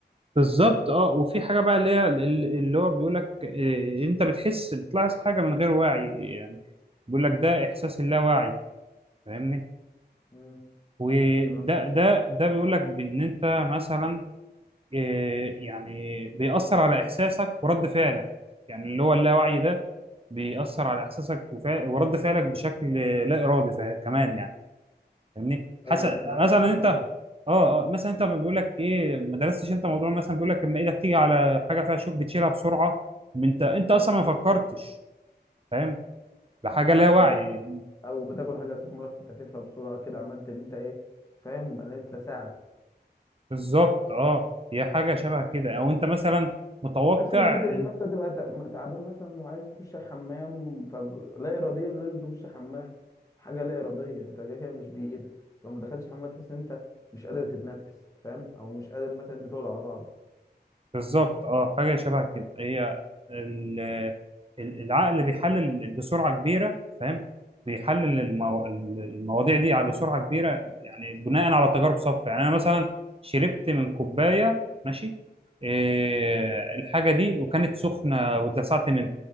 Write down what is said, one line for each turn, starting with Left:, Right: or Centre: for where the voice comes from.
Right: بالظبط اه وفي حاجه بقى اللي هي ال- اللي هو بيقول لك إيه انت بتحس بتلاحظ حاجه من غير وعي يعني بيقول لك ده احساس اللاواعي فاهمني
Left: مم.
Right: وده
Left: أنا- أنا-
Right: ده ده بيقول لك بان انت مثلا إيه، يعني بيأثر على إحساسك ورد فعلك يعني اللي هو اللاوعي ده بيأثر على إحساسك وفع- ورد فعلك بشكل لا إرادي فا- كمان يعني فاهمني
Left: <laughs>
Right: حسن
Left: ايوه يعني انت عملت
Right: مثلا
Left: حاجة ما
Right: أنت اه اه مثلا انت بيقول لك ايه ما درستش انت موضوع مثلا بيقول لك اما ايدك تيجي على حاجه فيها شوك بتشيلها بسرعه انت انت اصلا ما فكرتش فاهم بحاجه
Left: حسيت-
Right: لا وعي
Left: او بتاكل حاجه سخنه رحت تفيفها بسرعه كده عملت ان انت ايه فاهم انا اتلسعت
Right: بالظبط اه هي حاجه شبه كده او انت مثلا متوقع
Left: نفس فكرة إن أنت تبقى تع- تعبان مثلا وعايز تخش الحمام فلا إراديا لازم تخش حمام حاجة لا إرادية أنت كده كده مش بإيدك لو ما دخلتش حمام تحس إن أنت مش قادر تتنفس فاهم أو مش قادر مثلا أنت تقعد على بعضك
Right: بالظبط اه حاجه شبه كده هي ال- ال- العقل بيحلل بسرعه كبيره فاهم بيحلل المو... المواضيع دي على بسرعه كبيره يعني بناء على تجارب سابقه يعني انا مثلا شربت من كوبايه ماشي إيه الحاجه دي وكانت سخنه واتلسعت منها